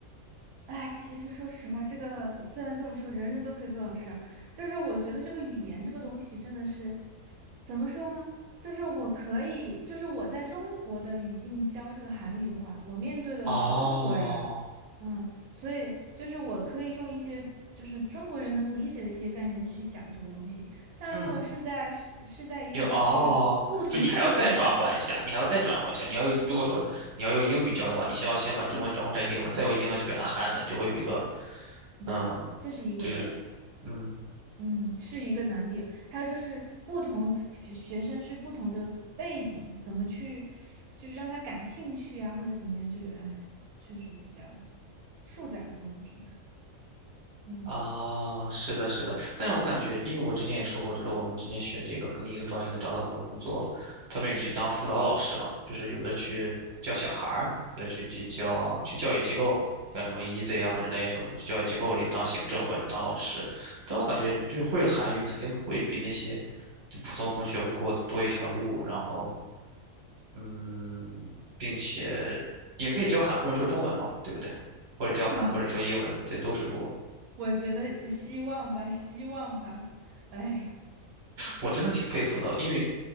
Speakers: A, on the right; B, on the right.
A: 哎，其实说实话，这个虽然这么说，人人都可以做老师啊，就是我觉得这个语言这个东西真的是，怎么说呢？就是我可以，就是我在中国的语境教这个韩语的话，我面对的是中国人，
B: 哦，
A: 嗯，所以就是我可以用一些就是中国人能理解的一些概念去讲这个东西，但如果是在是是在一个就是不同背景，
B: 嗯，有哦，就你还要再转换一下，你还要再转换一下。你要用，如果说你要用英语教的话，你先要先把中文转换成英文，再用英文去表达韩文，就会有一个，
A: 对，
B: 嗯，
A: 这是一个点。
B: 就是嗯，
A: 嗯，是一个难点。还有就是不同学学生是不同的背景，怎么去就是让他感兴趣啊，或者怎么样，就是哎，就是比较复杂的一个问题吧。嗯，
B: 啊，是的，是的，但是我感觉，因为我之前也说过，就是我们之前学这个，跟你一个专业的找到很多工作了，他们有的去当辅导老师了，就是有的去教小孩儿，有的去去教去教育机构，像什么 e a s y 啊或者那些什么的，去教育机构里当行政或者当老师。但我感觉就是会韩语肯定会比那些就普通同学会过多一条路，然后嗯，并且也可以教韩国人说中文嘛，对不对？或者教韩国人说英文，
A: <clears throat>
B: 这都是路。
A: 我觉得希望吧，希望吧。哎，
B: 我真的挺佩服的，因为，